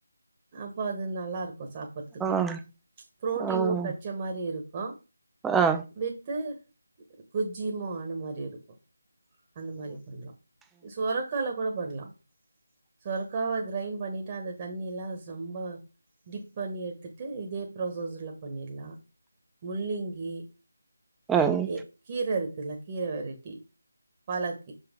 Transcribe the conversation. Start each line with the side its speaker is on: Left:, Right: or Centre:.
Right: அப்போ அது நல்லா இருக்கும் சாப்பிடுறதுக்கு,
Centre: ஆ ம்
Right: புரோட்டீனும்
Centre: ம்
Right: கெச்ச மாதிரி இருக்கும்.
Centre: ஆ
Right: வித்து குஜியமும் ஆன மாதிரி இருக்கும். அந்த மாதிரி பண்ணலாம், சுரக்கால கூட பண்ணலாம். சொரக்காவ கிரைண்ட் பண்ணிட்டு, அந்த தண்ணியெல்லாம் ரொம்ப டிப் பண்ணி எடுத்துட்டு, இதே ப்ராசஸ்ல பண்ணிடலாம். முள்ளிங்கி அண்ட்
Centre: ம்
Right: கீர இருக்குல்ல, கீர வெரைட்டி, பாலக்